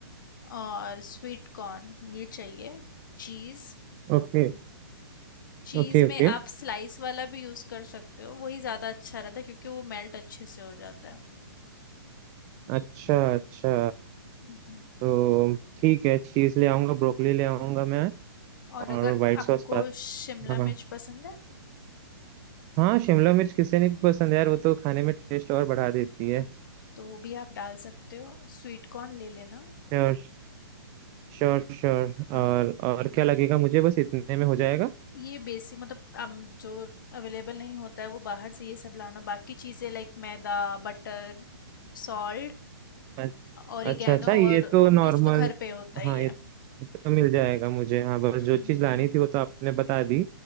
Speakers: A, on the left; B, on the right.
A: और स्वीट कॉर्न ये चाहिए चीज़
B: Okay
A: हम्म, चीज़
B: okay
A: में
B: ओके
A: आप स्लाइस वाला भी यूज़ कर सकते हो वही ज़्यादा अच्छा रहता है क्योंकि वो मेल्ट अच्छे से हो जाता है
B: अच्छा अच्छा
A: हम्म,
B: तो ठीक है चीज ले आऊंगा ब्रोकली ले आऊंगा मैं
A: और
B: और
A: अगर
B: व्हाइट
A: आपको
B: सॉस
A: शिमला
B: हाँ
A: मिर्च पसंद है
B: हाँ शिमला मिर्च किसे नहीं पसंद यार वो तो खाने में टेस्ट और बढ़ा देती है
A: तो वो भी आप डाल सकते हो स्वीट कॉर्न ले लेना
B: श्योर श्योर श्योर
A: हाँ
B: और और क्या लगेगा मुझे बस इतने में हो जाएगा
A: ये बेसिक मतलब हम जो अवेलेबल नहीं होता है वो बाहर से ये सब लाना बाकी चीज़ें लाइक मैदा बटर सॉल्ट
B: अ-
A: ऑरिगेनो
B: अच्छा अच्छा ये
A: और
B: तो नॉर्मल
A: ये सब तो घर पे होता ही
B: हाँ
A: है
B: ये ये तो मिल जाएगा मुझे हाँ बस
A: हम्म
B: जो चीज़
A: हम्म
B: लानी
A: हम्म।
B: थी वो तो आपने बता दी